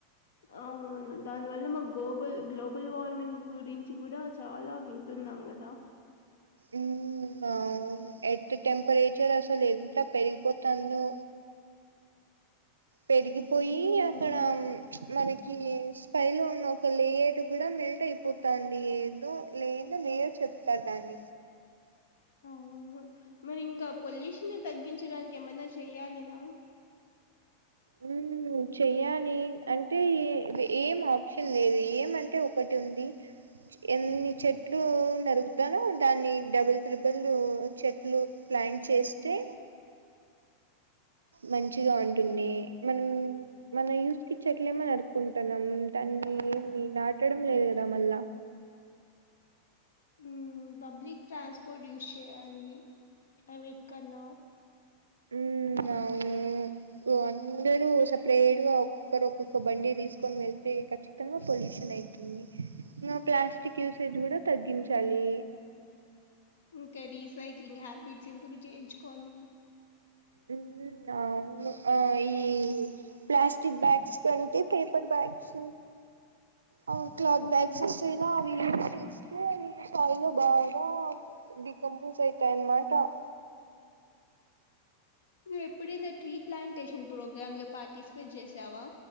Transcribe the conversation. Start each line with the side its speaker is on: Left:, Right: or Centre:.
Left: అవును దానివల్ల మా గ్లోబల్ గ్లోబల్ వార్మింగ్ గురించి కూడా చాలా వింటుం నంగదా
Right: ఉ నవ్ వును ఎర్త్ టెంపరేచర్ అసలు ఎంత పెరిగిపోతందో పెరిగిపోయి
Left: హ్మ్
Right: అక్కడ మనకి ఫైలో ఉన్న ఒక లేయర్ కూడా మెల్ట్ అయిపోతంది ఏందో లేందో లేయర్ చెప్తారు దాన్ని
Left: అవును మరి ఇంకా పొల్యూషన్ ని తగ్గించడాని ఇంకా ఏమన్న చెయ్యాలి న
Right: అవును చెయ్యాలి అంటే ఏ ఏం ఆప్షన్ లేదు ఏమంటే ఒకటి ఉంది ఎన్ని చెట్లు నరుగుతానో దాన్ని డబుల్ ట్రిబల్ చెట్లు ప్లాన్ చేస్తే మంచిగా ఉంటుంది మనం మన యూస్కి చెట్లేమో నరుకుంటానాం ఉంట మ్ ఏమి నాటడం లేదు కదా మళ్ళా
Left: మ్ పబ్లిక్ ట్రాన్స్పోర్ట్ యూస్ చేయాలి ప్రైవేట్ కన్నా
Right: ఉ అవును కు అందరు సపరేట్ గా ఒక్కరు ఒక్కొక్క బండి తీసుకొని వెళ్తే ఖచ్చితంగా పొల్యూషన్ అయితుంది ఇంగ ప్లాస్టిక్ యూసేజ్ కూడా తగ్గించాలి <inaudible>
Left: ఇంకా రీసైక్లింగ్ హ్యాబిట్స్ ఇంప్రూవ్ చేయించుకోవాలి
Right: ఊ అవును ఆ ఈ ప్లాస్టిక్ బ్యాగ్స్ కొంటె పేపర్ బ్యాగ్స్ అవు క్లాత్
Left: హ్మ్.
Right: బ్యాగ్స్ వస్తయిగా అవి యూజ్ చేస్త స్థాయిలో బాగా డికంపోస్ అయితాయి అన్నమాట <inaudible>
Left: నువ్వు ఎప్పుడైనా ట్రీ ప్లాంటేషన్ ప్రోగ్రామ్ లో పార్టిసిపేట్ చేసావా